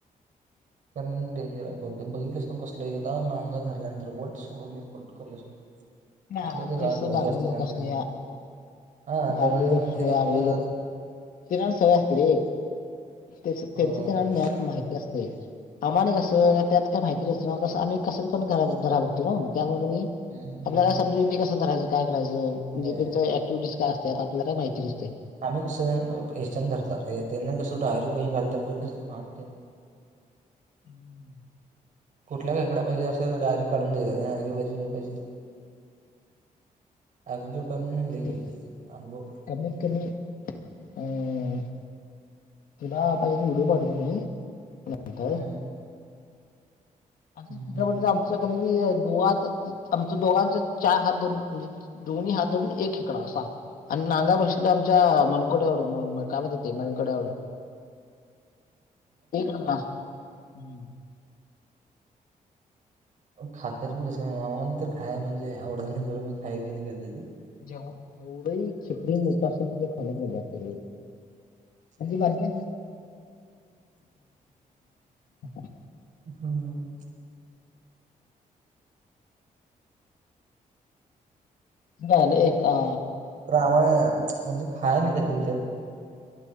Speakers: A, on the right (about 65°); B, on the left (about 80°).
A: कारण डेंजर आहेत बघितलेस नव्ह कसलं, एकदा नागा धरल्यान वट सोडून कट <inaudible>
B: नाही
A: कसलं
B: आमचे
A: तरी राहत
B: बागडी
A: जास्त हे
B: लोक
A: नांगरणी,
B: असणे
A: हा
B: बागडी
A: त्याला ना
B: लोक
A: म्हणजे
B: असणे
A: अनुवा
B: आगडी लोक ते काय सवय असते रे त्याच
A: ह
B: त्यांचं त्यांना
A: <unintelligible>
B: नॅक माहिती असते. आम्हाने कसं त्यात काय माहिती नसतय, कसं आम्ही कसं पण घरा धराल त्यामुळे की नाय
A: हम्म.
B: आपल्याला समून येतय की काय करायच कसं करयच... म्हणजे
A: होय.
B: तीच ऍक्ट.. दिस्क असत्यात आपल्याला काय माहिती नसते.
A: आम्ही कसं हेच्यान धरतात त्या नी कस डायरेक्ट घालतात काही घालत ते हात
B: हम्म <inaudible>
A: कुठला खेकडा पाहिजे डायरेक्ट काढुन द्याचा ह्यो पाहिजे ह्यो पाजे ह्यो पाजे अगदी लोकांना
B: <inaudible>
A: लई हे अनुभव
B: कमी कमी अ तुला आता एक व्हिडिओ बघ नंन्तर
A: हम्म.
B: <unintelligible> असं
A: हं,
B: चित्रपटात
A: हं,
B: आमचं कमी आमचं दोघांच चार हात धरून दोन म्हणजे <unintelligible> दोन्ही हात धरून एक खेकडा असा आणि नागा बसल तर आमच्या मनकोड्या एवड कामात येते मनकोड्या एवड
A: ह <inaudible>
B: <unintelligible> हम्म.
A: खातर मी तस <unintelligible> म्हणजे आवडत नाही. खाया <unintelligible>
B: जेव जेवढही खेकडे मोठ असेल त्याच्या खाण मोठं म्हणजे बारकी <unintelligible>
A: हम्म.
B: झालं एक अ
A: प्रामाणे म्हणजे खाया नाही ग इथं.